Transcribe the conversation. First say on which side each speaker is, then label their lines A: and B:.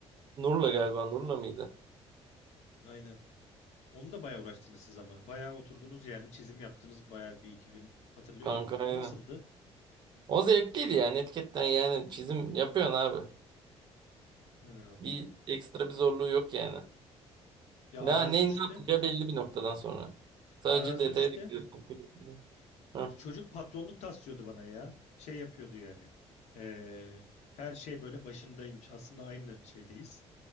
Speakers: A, on the right (about 40°); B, on the left (about 80°).
A: Nur'la galiba. Nur'la mıydı?
B: Aynen. Onu da bayağı uğraştınız siz ama. Bayağı oturdunuz yani çizim yaptınız bayağı bir iki gün. Hatırlıyorum
A: Kanka
B: ben.
A: aynen.
B: O nasıldı?
A: O zevkliydi yani. Netcat'ten yani çizim yapıyorsun abi.
B: Hı, anladım.
A: Bir ekstra bir zorluğu yok yani.
B: Ya
A: Ne,
B: arazi
A: ne,
B: 3'te.
A: ne yapacağı belli bir noktadan sonra. Sadece
B: Arazi
A: detaya
B: 3'te
A: dikkat etmek Hı.
B: çocuk patronluk taslıyordu bana ya. Şey yapıyordu yani. Ee, her şey böyle başındaymış. Aslında aynı şeydeyiz.